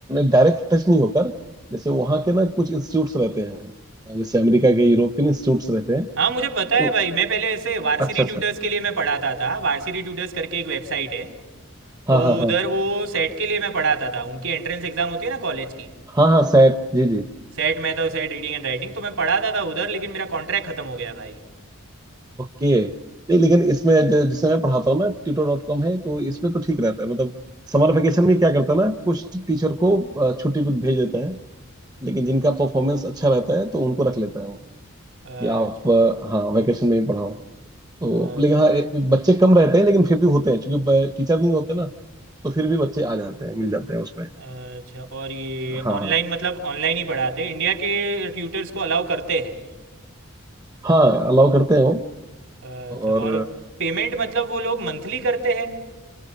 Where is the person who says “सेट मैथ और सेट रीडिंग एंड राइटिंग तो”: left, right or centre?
Right